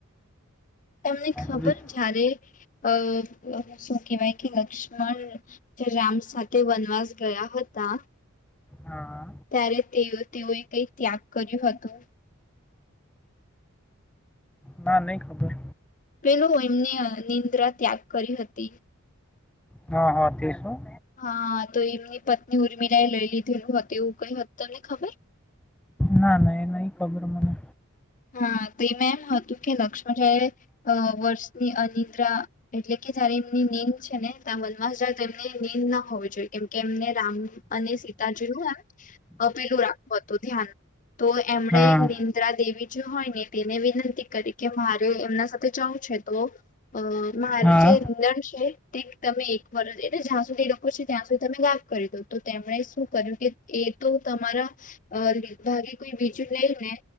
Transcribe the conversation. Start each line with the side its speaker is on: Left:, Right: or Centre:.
Left: એમને ખબર
Centre: બધું જ.
Left: જ્યારે અ શું કેહવાય કે લક્ષ્મણ જો રામ સાથે વનવાસ ગયા હતા,
Centre: હા
Left: ત્યારે તેઓ તેઓએ કઈક ત્યાગ કર્યું હતું?
Centre: ના નહીં ખબર.
Left: પેલું એમને નિંદ્રા ત્યાગ કરી હતી.
Centre: હા હા તે શું?
Left: હા તો એમની પત્ની ઉર્મિલાએ લઈ લીધેલું હતું એવું કઈ હતું તમને ખબર?
Centre: ના ના એ નઈ ખબર મને.
Left: હા તેમ એમ હતું કે લક્ષ્મણ જા એ અ વર્ષની અનિદ્રા એટલે કે જયારે એમની નીંદ છે ને તા મનમાંસ જાય તો એમને નીંદ ના હોવી જોઈએ કેમ કે એમને રામ અને સીતાજી નું એમ પેલું રાખું હતું ધ્યાન. તો એમણે
Centre: હા
Left: નિંદ્રા દેવી જે હોય ને તેને વિનંતી કરી કે મારે એમના સાથે જવું છે તો અ મારી
Centre: હા
Left: જે નીંદર છે તે તમે એક વરષ એટલે જા સુધી એ લોકો છો ત્યાં સુધી મેં વાક કરી દો તો તેમણે શું કર્યું કે એ તો તમારા અ ભાગે કોઈ બીજું લઈ ને